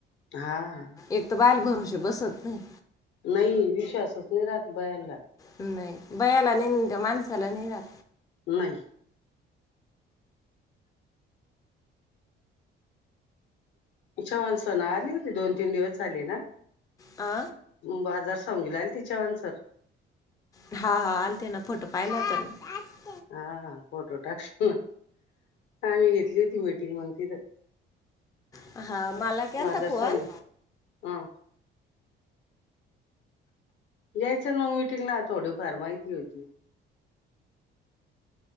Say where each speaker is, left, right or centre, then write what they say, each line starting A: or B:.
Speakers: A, on the left; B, on the left.
A: हा.
B: एक तर बाल भरू तसे बसत नाही.
A: नाही विश्वासच नाही राहत बायानला.
B: नाही बयाला नई अन त्या माणसाला नाही राहत.
A: नाही. चव्हाण सण आले होते दोन तीन दिवस झाले ना
B: आ?
A: बाजार सांगीला आले ते चव्हाण सर
B: हा, हा. आलते ना. फोटो पाहिलावता मी.
A: हा फोटो टाकल ना. आम्ही घेतली होती मिटिंग, मग तिथ
B: ना हा मला केलता
A: बाजार
B: फोन
A: संघ हा यायचं ना मग ना थोडी फार माहिती होती.